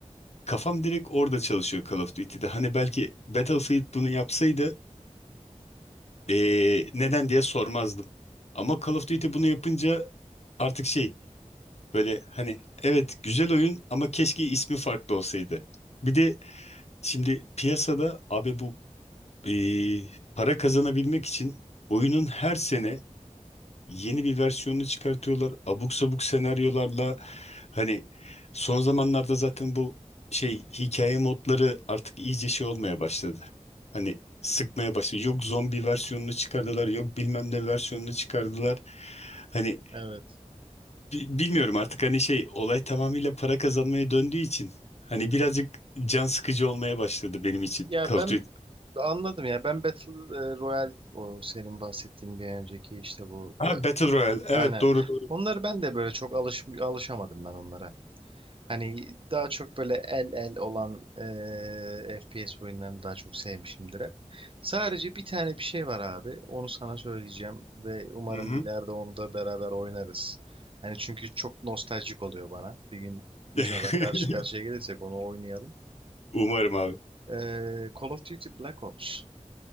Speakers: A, on the left; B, on the right.
A: Kafam direkt orada çalışıyor Call of Duty'de. Hani belki Battlefield bunu yapsaydı eee, neden diye sormazdım. Ama Call of Duty bunu yapınca artık şey böyle hani evet güzel oyun ama keşke ismi farklı olsaydı. Bir de şimdi piyasada abi bu eee, para kazanabilmek için oyunun her sene yeni bir versiyonunu çıkartıyorlar. Abuk sabuk senaryolarla hani son zamanlarda zaten bu şey hikaye modları artık iyice şey olmaya başladı. Hani sıkmaya başladı. Yok zombi versiyonunu çıkardılar, yok bilmem ne versiyonunu çıkardılar. Hani
B: Evet.
A: bi- bilmiyorum artık hani şey olay tamamıyla para kazanmaya döndüğü için hani birazcık can sıkıcı olmaya başladı benim için
B: Ya
A: Call
B: ben
A: of Duty.
B: anladım ya. Ben Battle e, Royale o senin bahsettiğin bir önceki işte bu.
A: Ha
B: Be-
A: Battle Royale. Evet
B: Aynen.
A: doğru doğru.
B: Onları ben de böyle çok alış alışamadım ben onlara. Hani daha çok böyle el el olan e, FPS oyunlarını daha çok sevmişimdir hep. Sadece bir tane bir şey var abi. Onu sana söyleyeceğim ve umarım
A: Hı hı.
B: ileride onu da beraber oynarız. Hani çünkü çok nostaljik oluyor bana. Bir gün inşallah
A: <laughs>
B: karşı karşıya gelirsek onu oynayalım.
A: Umarım abi.
B: E, Call of Duty Black Ops.